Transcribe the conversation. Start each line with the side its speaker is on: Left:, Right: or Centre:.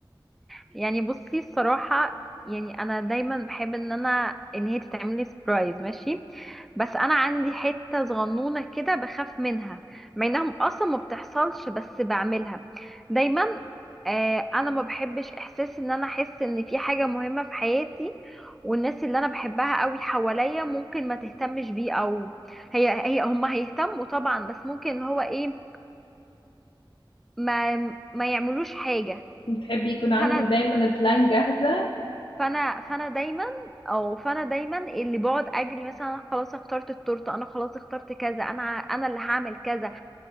Centre: يعني بصي الصراحة يعني انا دايما بحب ان انا ان هي تتعمل لي سبرايز ماشي بس انا عندي حتة صغنونة كده بخاف منها مع انها اصلا ما بتحصلش بس بعملها دايما آه انا ما بحبش احساس ان انا احس ان في حاجة مهمة في حياتي والناس اللي انا بحبها قوي حواليا ممكن ما تهتمش بيه او هي هي هم هيهتموا طبعا بس ممكن اللي هو ايه ما ما يعملوش حاجة
Left: بتحبي يكون عندك
Centre: فانا
Left: دايما البلان جاهزة
Centre: فانا فانا دايما او فانا دايما اللي بقعد اجري مثلا انا خلاص اخترت التورته انا خلاص اخترت كذا انا ع- انا اللي هعمل كذا